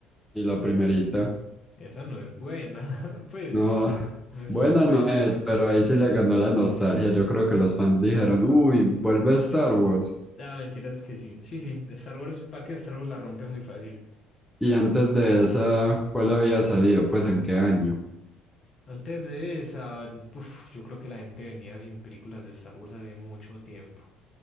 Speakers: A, in the centre; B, on the left (about 40°).
A: Y la primerita.
B: Esa no es buena. <laughs> Pues,
A: No,
B: no es
A: buena
B: tan buena.
A: no es, Pues, pero ahí sí le ganó la nostalgia. Yo creo que los fans dijeron, uy, vuelve Star Wars.
B: Ah, mentiras que sí. Sí, sí. Star Wars, para que Star Wars la rompe muy fácil.
A: Y antes de esa, ¿cuál había salido? Pues en qué año.
B: Antes de esa, puf, yo creo que la gente venía sin películas de Star Wars hace mucho tiempo.